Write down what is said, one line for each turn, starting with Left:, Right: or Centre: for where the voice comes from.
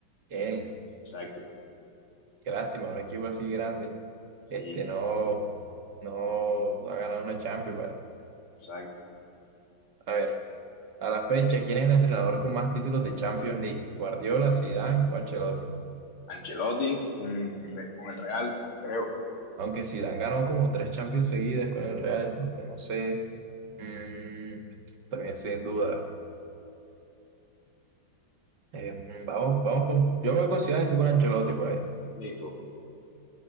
Right: Bien,
Left: Sí, Exacto,
Right: qué lástima, un equipo así grande.
Left: sí,
Right: Este no, no, no ha ganado una Champions, ¿vale?
Left: exacto.
Right: A ver. A la fecha, ¿quién es el entrenador con más títulos de Champions League? ¿Guardiola, Zidane o Ancelotti?
Left: Ancelotti con, Re- con el Real, creo.
Right: Aunque Zidane ganó como tres Champions seguidas con el Real, entonces no sé. Mm, también sin duda. Em, vamos, vamos con. Yo me considero y tú con Ancelotti, pues.
Left: Listo.